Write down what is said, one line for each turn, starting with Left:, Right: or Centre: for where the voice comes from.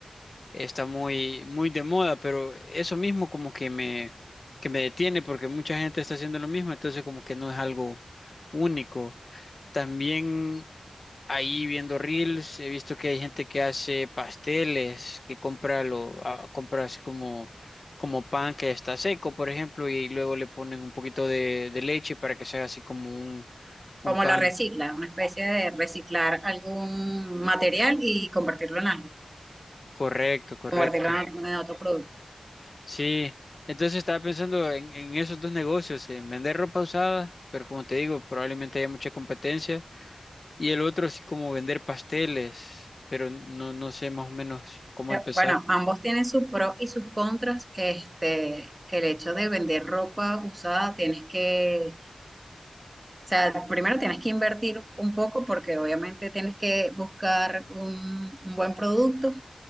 Left: está muy, muy de moda, pero eso mismo como que me, que me detiene porque mucha gente está haciendo lo mismo, entonces como que no es algo único. También ahí viendo reels he visto que hay gente que hace pasteles, que compra lo, ah, compra así como, como pan que está seco, por ejemplo, y luego le ponen un poquito de, de leche para que sea así como un, un
Right: ¿Cómo
Left: pan.
Right: lo recicla? Una especie de reciclar algún material y convertirlo en algo,
Left: Correcto, correcto.
Right: convertirlo en, en otro producto.
Left: Sí, entonces estaba pensando en, en esos dos negocios, en vender ropa usada, pero como te digo, probablemente haya mucha competencia, y el otro sí como vender pasteles, pero no, no sé más o menos cómo
Right: Pero,
Left: empezar.
Right: Bueno, ambos tienen sus pros y sus contras. Este, el hecho de vender ropa usada, tienes que O sea, primero tienes que invertir un poco porque obviamente tienes que buscar un, un buen producto,